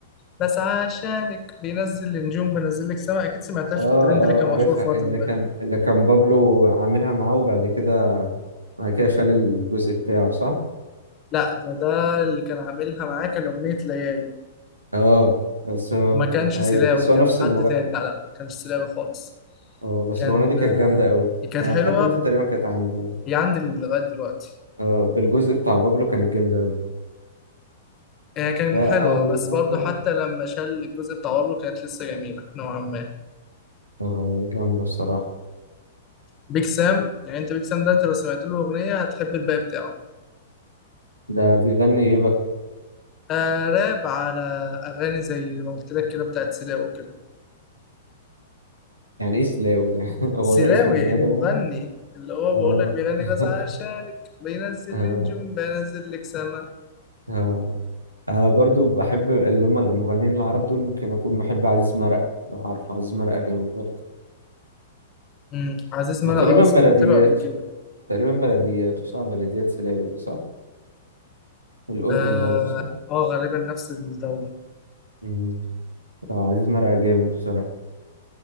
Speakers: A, on the left (about 25°); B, on the right (about 85°).
A: بس عشانك بينزل النجوم بنزل لك سما اكيد سمعتها في
B: اه
A: الترند اللي كان
B: اه
A: مشهور
B: عارفها
A: فتره
B: اللي كان
A: ده
B: اللي كان بابلو عاملها معاه وبعد كده بعد كده شال الجزء بتاعه صح؟
A: لا ده ده اللي كان عاملها معاه كان اغنيه ليالي
B: اه بس هو
A: وما كانش
B: ايوه
A: سلاوي
B: بس
A: كان
B: هو نفس
A: حد
B: المغني
A: تاني لا لا ما كانش سلاوي خالص
B: اه بس
A: كان
B: الأغنية دي كانت جامدة قوي
A: كانت
B: أنا
A: حلوه
B: لحد دلوقتي تقريبا كانت عندي يعني.
A: هي عندي لغايه دلوقتي
B: اه بالجزء بتاع بابلو كانت جامدة قوي
A: هي كان
B: لا
A: حلوه
B: علي
A: بس
B: لا
A: برضه
B: علي.
A: حتى لما شال الجزء بتاع بابلو كانت لسه جميله نوعا ما
B: اه جامدة بصراحة
A: بيك سام يعني انت بيك سام ده انت لو سمعت له اغنيه هتحب الباقي بتاعه
B: ده بيغني إيه بقى
A: آه راب على اغاني زي ما قلت لك كده بتاعت سلاوي كده
B: يعني إيه سلاوي <laughs> يعني هو
A: سلاوي
B: ده اسم بني
A: المغني
B: آدم يعني
A: اللي هو
B: اه
A: بقول لك بيغني
B: <laughs>
A: بس عشانك بينزل
B: اه
A: لي نجوم بينزل لك سما
B: اه أنا برضو بحب اللي هم المغنيين العرب دول ممكن أكون بحب عزيز مرقة لو عارف عزيز مرقة جامد برضه
A: امم عزيز
B: ما
A: مرقة
B: تقريبا
A: اه سمعت
B: بلديات
A: له قبل كده
B: تقريبا بلديات صح بلديات سلاوي ده صح الأردن
A: اه
B: برضه صح
A: آه، غالبا نفس الدولة
B: مم. آه، عزيز مرقة جامد بصراحة